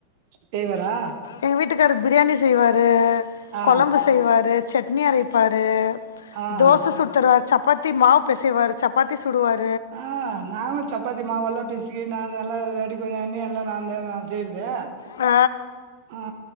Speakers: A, on the right; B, on the left.
A: செய்வாரா
B: எங்க வீட்டுக்காரு பிரியாணி செய்வாரு
A: ஆ
B: கொழம்பு செய்வாரு சட்னி அரைப்பாரு
A: ஆஹா
B: தோச சுட்த்தருவார் சப்பாத்தி மாவு பெசைவார் சப்பாத்தி சுடுவார்
A: அ நானோ சப்பாத்தி மாவல்லா பெசைய நா நல்லா டிஃபன்ல்லர்ந்து எல்லா நாந்தா நா செய்றது
B: அ
A: ஆ